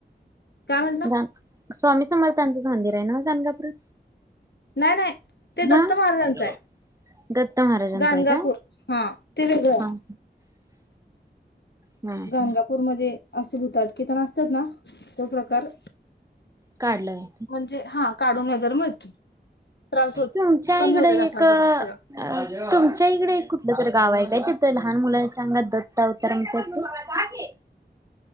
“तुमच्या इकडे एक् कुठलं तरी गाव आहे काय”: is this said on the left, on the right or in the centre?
Right